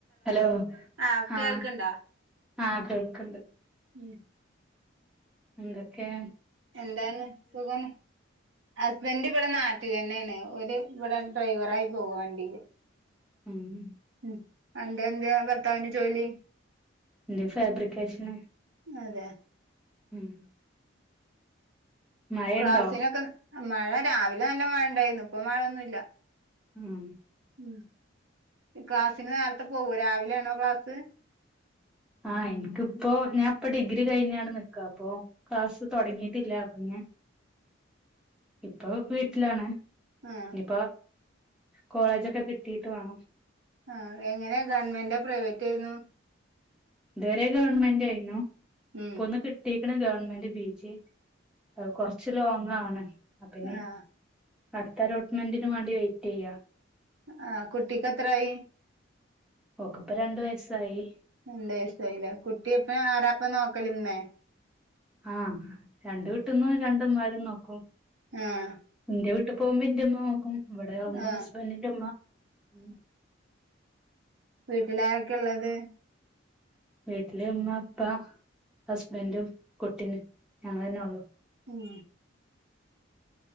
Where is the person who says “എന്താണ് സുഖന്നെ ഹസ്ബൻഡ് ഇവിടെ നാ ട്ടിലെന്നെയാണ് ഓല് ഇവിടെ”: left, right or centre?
Right